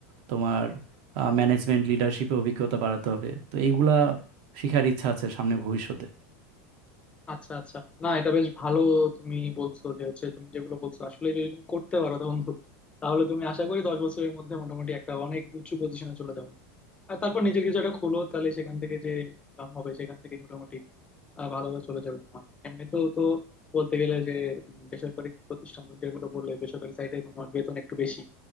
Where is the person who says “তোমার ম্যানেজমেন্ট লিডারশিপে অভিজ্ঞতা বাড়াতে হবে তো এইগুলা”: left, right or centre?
Right